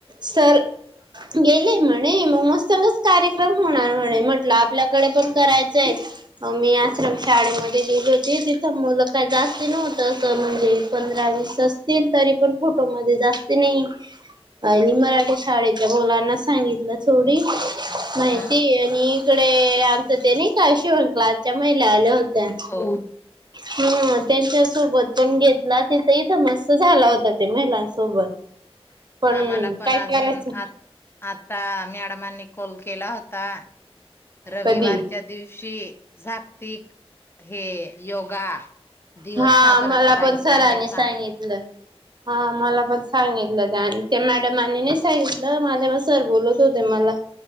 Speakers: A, on the right (about 45°); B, on the left (about 25°).
A: सर गेले म्हणे मग मस्तंगच कार्यक्रम होणार म्हणे म्हटलं आपल्याकडे पण करायचंय हो मी आश्रम शाळेमध्ये गेली होती तिथं मुलं काय जास्ती नव्हतं असं म्हणजे पंधरा वस तील तरी पण फोटो मध्ये जास्त नाही आणि मराठी शाळेच्या मुलांना सांगितलं थोडी माहिती
B: हा
A: आणि इकडे आमचं ते नाही का शिवण क्लासच्या महिला आल्या होत्या
B: हो
A: ह हा त्यांच्यासोबत पण घेतला तिथं इथं मस्त झाला होता ते महिलांसोबत पण
B: आम्हाला पण
A: काय
B: अजून
A: करायचं
B: आ आता मॅडमांनी कॉल केला होता रविवारच्या
A: कधी
B: दिवशी जागतिक हे योगा दिवस
A: हा
B: साजरा
A: मला
B: करायचा
A: पण सरांनी
B: आहे सांग
A: सांगितलं. हा मला पण सांगितलं त्या ते मॅडमनी नाही सांगितलं मला म सर बोलू हो मला